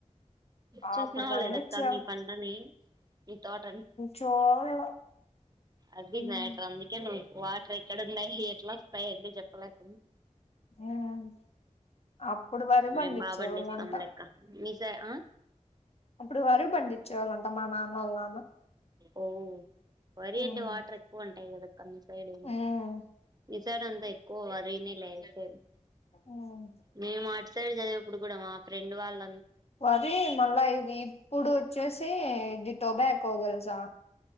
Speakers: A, on the left; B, on the right.
A: ఆ
B: చూసినావా
A: అప్పుడు పండించా
B: లేదక్క మీ పంటని మీ తోటని
A: చూడల
B: అది
A: ఉమ్
B: మ్యాటర్ అందుకే నువ్వు వాటర్ ఎక్కడ ఉన్నాయ్ ఎట్లా వస్తాయ్ అంటే చెప్పలేక్
A: ఊమ్ అప్పుడు వరి
B: మేం
A: పండించేవాళ్ళంట
B: బా పండిస్తాం లెక్క మీ సై ఆ
A: అప్పుడు వరి పండి చ్చేవాలంటా మా నాన్న వాళ్ నాన్న
B: ఓ వరి
A: ఉమ్
B: అంటే వాటర్ ఎక్కువ ఉంటాయ్ కదా కా మీ సైడు
A: ఉమ్
B: మీ సైడ్ అంతా ఎక్కువ వరినే లే ఏసేది
A: ఉమ్
B: మేము అటు సైడ్ చదివేప్పుడు కూడా మా ఫ్రెండ్ వాళ్ళ
A: వరి మళ్ళా ఇది ఇప్పుడు వచ్చేసి ఇది టోబాకో దెల్సా